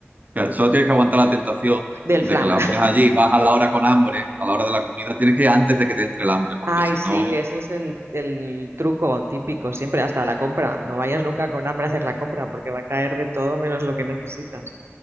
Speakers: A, on the right (about 40°); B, on the right (about 65°).
A: Claro, Solo tienes que aguantar la tentación
B: del
A: de
B: flan.
A: que las
B: <laughs>
A: ves allí, vas a la hora con hambre, a la hora de la comida, tienes que ir antes de que te entre el hambre, porque
B: Ay,
A: si
B: sí,
A: no,
B: ese es el, el truco típico, siempre hasta la compra. No vayas nunca con hambre a hacer la compra porque va a caer de todo menos lo que necesitas.